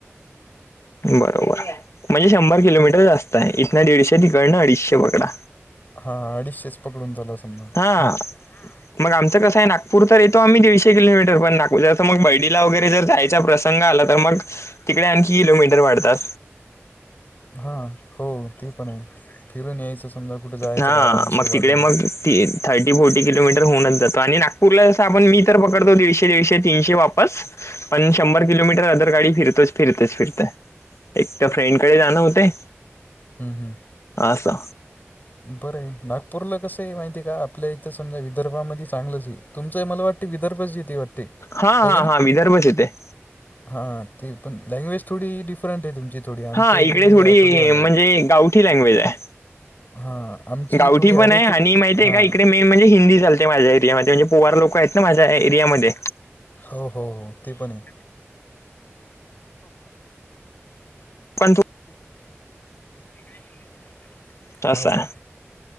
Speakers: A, on the left (about 75°); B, on the left (about 40°).
A: बरोबर. म्हणजे शंभर किलोमीटर जास्त आहे इथंन दीडशे तिकडणं अडीचशे बकडा.
B: हा अडीशेच पकडून झाला समजा.
A: हा.
B: हा.
A: मग आमचं कसं आहे नागपूर येतो आम्ही दीडशे किलोमीटर पण नापूर जसं म बडीला वैर जर जायचा प्रश संघ आला तर मग तिकडे आणखी किलोमीटर वाढतात.
B: हा हो ते पण आहे, फिरून यायचं समजा कुठे जायचं
A: हा
B: गावाला दुसऱ्या
A: मग
B: बाजूला.
A: तिकडे मग थर्टी फोर्टी किलोमीटर होनच जातो, आणि नागपूरला जातो आपण मी तर पकडतो दीडशे दीशे तीनशे वापस. पण शंभर किलोमीटर अदर गाडी फिरतोच फिरतेच फिरते. एक त्या फ्रेंडकडे जाणं होते.
B: हम् हम्.
A: आसा
B: बरं आहे, नागपूरला कसं आहे माहितीय का आपल्या इथं समजा विदर्भामध्ये चांगलंच आहे. तुमचं मला वाटं विर्भच येते वाटते.
A: हा
B: आहे
A: हा
B: की नाही
A: हा विदर्भच येते.
B: हां ती पण लँग्वेज थोडी डिफरंट आहे तुमची थोडी, आमच्या
A: हा
B: इकडे थोडी अलग आहे.
A: म्हणजे गावठी लँग्वेज आहे,
B: हां आमची
A: गावठी
B: थोडी
A: पण
B: अरे
A: आणि
B: तू
A: माहितीय
B: हां
A: का इकडे मेन म्हणजे हिंदी चालते माझ्या एरियामध्ये म्हणजे पोवार लोक आहेत ना माझ्या एरियामध्ये.
B: हो हो हो ते पण आहे.
A: पण थु
B: <inaudible>
A: त अस हा.
B: का